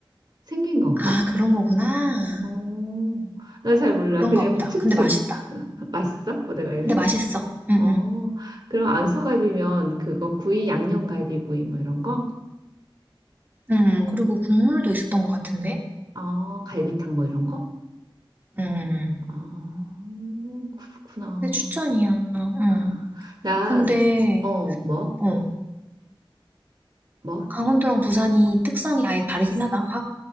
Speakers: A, on the right; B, on the right.
A: 생긴 건가?
B: 아, 그런 거구나.
A: 어, 나 잘 몰라.
B: 그런가
A: 그냥
B: 보다.
A: 추측.
B: 근데 맛있다.
A: <laughs> 맛있어? 거대갈비
B: 근데 맛있어. 응,
A: 어,
B: 응.
A: 그럼 안소갈비면 그거 구이, 양념갈비 구이 뭐 이런 거?
B: 응, 응. 그리고 국물도 있었던 것 같은데?
A: 어, 갈비탕 뭐 이런 거?
B: 응, 응. 응.
A: 아 그렇구나.
B: 근데 추천이야. 응.
A: 아, 나,
B: 근데,
A: 어, 뭐?
B: 어,
A: 뭐?
B: 강원도랑 부산이 특성이 아예 다르긴 하다, 확.